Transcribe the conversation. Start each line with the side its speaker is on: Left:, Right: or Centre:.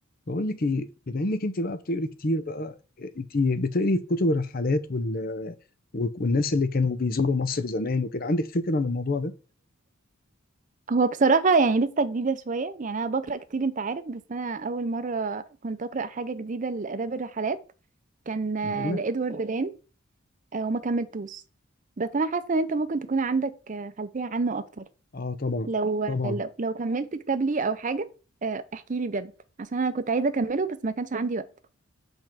Left: بقول لك ايه بما انك انت بقى بتقري كتير بقى انت بتقري كتب الرحلات وال والناس اللي كانوا بيزوروا مصر زمان وكده عندك فكره عن الموضوع ده
Right: هو بصراحة يعني لسه جديدة شوية يعني أنا بقرأ كتير أنت عارف بس أنا أول مرة كنت أقرأ حاجة جديدة لآداب الرحلات كان آه،
Left: معقوله
Right: لإدوارد لين آه، وما كملتوش بس أنا حاسة إن أنت ممكن تكون عندك آه، خلفية عنه أكتر
Left: اه طبعا
Right: لو
Left: طبعا
Right: لو, لو كملت كتاب لي أو حاجة آه، احكي لي بجد عشان أنا كنت عايزة أكمله بس ما كانش عندي وقت